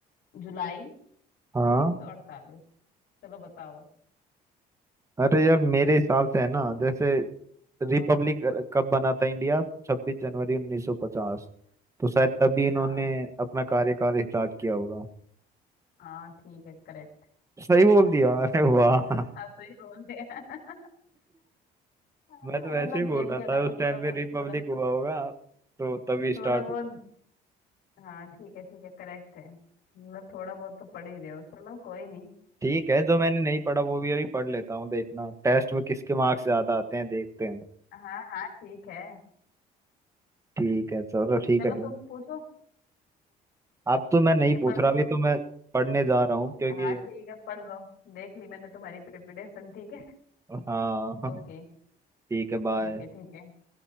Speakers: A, on the left (about 75°); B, on the right (about 15°).
A: जुलाई
B: हाँ
A: उन्नीस सौ अड़तालीस चलो बताओ अब।
B: अरे यार मेरे हिसाब से है ना जैसे
A: हाँ
B: रिपब्लिक कब बना था इंडिया छब्बीस जनवरी 1950 तो शायद तभी इन्होंने
A: हाँ
B: अपना कार्यकाल स्टार्ट किया होगा
A: हाँ ठीक है करेक्ट
B: सही बोल दिया अरे वाह <laughs>
A: आप सही बोल रहे हैं <laughs> हाँ,
B: मैं तो वैसे
A: मतलब
B: ही बोल
A: गेम
B: रहा
A: के अलावा
B: था उस
A: थोड़ा
B: टाइम
A: बहुत
B: पे रिपब्लिक
A: थोड़ा
B: हुआ होगा तो तभी स्टार्ट
A: थोड़ा बहुत
B: हुआ
A: हाँ ठीक है ठीक है करेक्ट है मतलब थोड़ा बहुत तो पढ़ ही रहे हो चलो कोई नहीं
B: ठीक है जो मैंने नहीं पढ़ा वो भी अभी पढ़ लेता हूँ देखना टेस्ट में किसके मार्क्स ज्यादा आते हैं देखते हैं
A: हाँ हाँ ठीक है
B: ठीक है चलो ठीक
A: चलो
B: है
A: तुम पूछो
B: अब तो मैं नहीं
A: या
B: पूछ
A: पढ़
B: रहा
A: लो
B: अभी
A: अभी
B: तो मैं पढ़ने जा रहा हूँ क्योंकि
A: हाँ ठीक है पढ़ लो देख ली मैंने तुम्हारी प्रिपरेशन ठीक है
B: हाँ
A: ओके
B: <laughs> ठीक है बाय
A: ठीक है ठीक है